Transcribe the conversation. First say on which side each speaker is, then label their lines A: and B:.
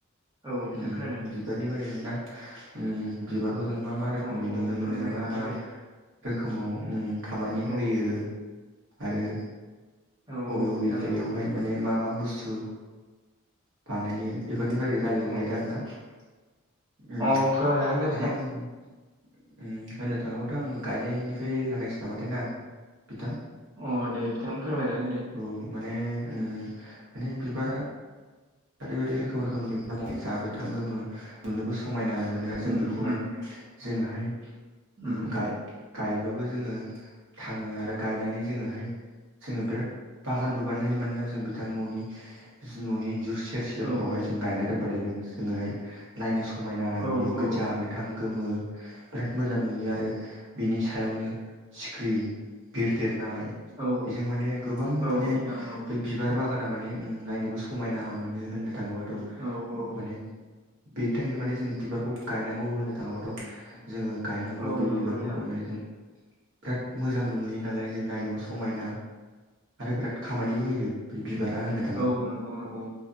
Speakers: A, on the right; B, on the right.
A: औ बिथां
B: उम
A: खोनादों
B: बिबारनि बारि मोनना उम बिबार जों मा मा रोखोमै
A: औ औ
B: नुनो मोनो
A: फोरमायनो
B: मा
A: हागोन
B: मा?
A: दे
B: रोखोमाव ओम खामानि
A: औ
B: होयो। आरो
A: औ
B: बबे
A: औ
B: बबे
A: बिथां
B: जायगायावहाय
A: औ
B: माने मा मा बुस्थु बानायो बेफोरनि बारै रायलायनो
A: औ
B: नागिरदों आरोना
A: अ
B: माने
A: फोरमायजागोन दे बिथां
B: आं। होननो थाङोब्लाथ आं गायनायनिफ्राय लागायनोसै नामाथाय ना बिथां
A: अ दे बिथां फोरमायजागोन दे।
B: औ माने ओ माने बिबारा ओरैबायदि रोखोम रोखोमनि जा गोथां गोमो। नुनोबो समायना मोनो जों
A: उम
B: बेखौहाय
A: उम
B: जोंङोहाय
A: उम
B: ओम गाय गायबाबो जोङो थाङो आरो गायनानै जोङोहाय जोङो बिराद बागानबो बानायनो हायो मानोना जों बिथां न'नि न'नि इन्जुर सेर सेरफ्रावहाय
A: औ
B: जों गायना दोनबाथाय जों जोङोहाय नायनो समायना नुयो
A: औ औ
B: गोजा गोथां थां गोमो। बिराद मोजां नुयो आरो बिनि सायावनो सिख्रि बिरदेरनाय
A: औ
B: बेजों माने गोबां
A: औ
B: माने
A: बिथां औ
B: बे बिबार बागाना माने ओम नायनोबो समायना मोनो होननो थाङोबाथ
A: औ औ
B: माने ओ बेनि थाखायनो माने जों बिबारखौ गायनांगौ होननो थाङोबाथ' जोङो गायनांगौ
A: औ
B: बे
A: नंगौ
B: बिबारफोरखौ
A: बिथां
B: माने जों बिराद मोजांबो नुयो नालाय जों नायनोबो समायना। आरो बिराद खामानिबो होयो बे बिबारा होनोबा
A: औ नंगौ नंगौ।